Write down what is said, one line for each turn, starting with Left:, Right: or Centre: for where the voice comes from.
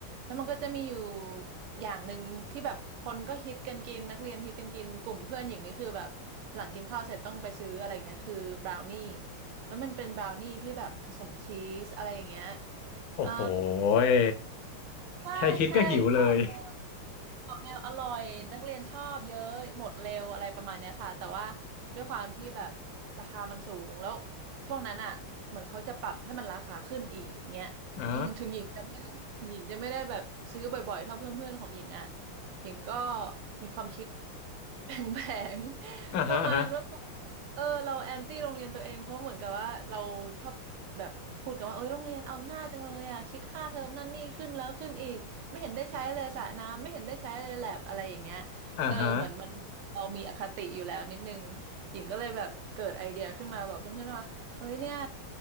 Right: แล้วมันก็จะมีอยู่อย่างหนึ่งที่แบบคนก็ฮิตกันกินนักเรียนฮิตกันกินกลุ่มเพื่อนหญิงนี่คือแบบหลังกินข้าวเสร็จต้องไปซื้ออะไรเงี้ยคือบราวนี่แล้วมันเป็นบราวนี่ที่แบบผสมชีสอะไรอย่างเงี้ย
Left: โอ้โห
Right: อ่า
Left: ย
Right: ใช่ใช่ก็ออกมา
Left: แค่คิดก็หิวเลย
Right: ออกแนวอร่อยนักเรียนชอบเยอะหมดเร็วอะไรประมาณเนี้ยค่ะแต่ว่าด้วยความที่แบบราคามันสูงแล้วช่วงนั้นอ่ะเหมือนเขาจะปรับให้มันราคาขึ้นอีกเงี้ยอืมถึงหญิงจะไม่ได้ถึงหญิงจะไม่ได้แบบซื้อบ่อยๆเท่าเพื่อนๆของหญิงอ่ะ
Left: <laughs> อ่า
Right: หญิงก็มีความคิดแผลงๆ
Left: อ่าฮะอ่าฮะ
Right: <laughs> ประมาณว่าแบบ เออเราแอนตี้โรงเรียนตัวเองเพราะเหมือนกับว่าเราชอบแบบพูดกันว่าเอ้ยโรงเรียนเอาหน้าจังเลยอ่ะคิดค่าเทอมนั่นนี่ขึ้นแล้วขึ้นอีกไม่เห็นได้ใช้เลยสระน้ำไม่เห็นได้ใช้เลยแลบอะไรอย่างเงี้ยเออเหมือนมันเรามีอคติอยู่แล้วนิดนึง
Left: อ่าฮะ
Right: หญิงก็เลยแบบเกิดไอเดียขึ้นมาบอกเพื่อนๆว่า เฮ้ยเนี่ย